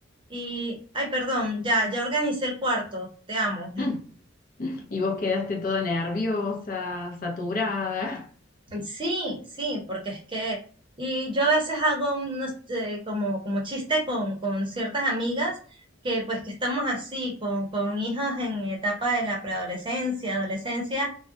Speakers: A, on the right; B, on the left.
A: y, ay, perdón, ya, ya organicé el cuarto, te amo.
B: Mm. Y vos quedaste toda nerviosa, saturada.
A: Sí, sí, porque es que, y yo a veces hago unos, eh, como, como chiste con, con ciertas amigas que pues que estamos así, con, con hijos en etapa de la preadolescencia, adolescencia,